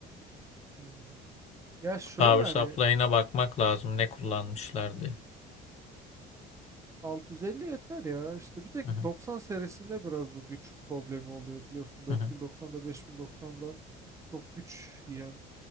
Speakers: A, on the right; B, on the left.
A: Hmm. Ya şöyle
B: Power
A: hani
B: supply'ına bakmak lazım ne kullanmışlar diye.
A: 650 yeter ya. İşte bir tek
B: Hı hı,
A: 90 serisinde biraz bu güç problemi oluyor biliyorsun. 4090'da
B: hı hı.
A: 5090'da çok güç yiyen